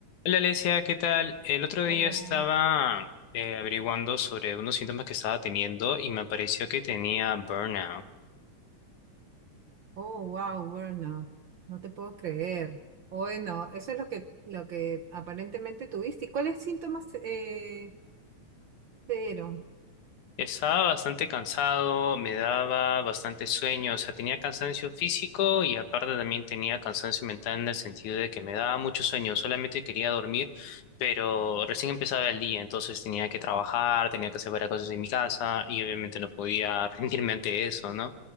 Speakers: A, on the left (about 75°); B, on the right (about 70°).
A: Hola Alesia, ¿qué tal? El otro
B: Hola.
A: día estaba eh, averiguando sobre unos síntomas que estaba teniendo y me apareció que tenía burnout.
B: Oh, wow, burnout. No te puedo creer. Bueno, eso es lo que, lo que aparentemente tuviste. ¿Y cuáles síntomas eh, te dieron?
A: Estaba bastante cansado, me daba bastante sueño, o sea, tenía cansancio físico y aparte también tenía cansancio mental en el sentido de que me daba mucho sueño, solamente quería dormir, pero recién empezaba el día, entonces tenía que trabajar, tenía que hacer varias cosas en mi casa y obviamente no podía <laughs> rendirme ante eso, ¿no?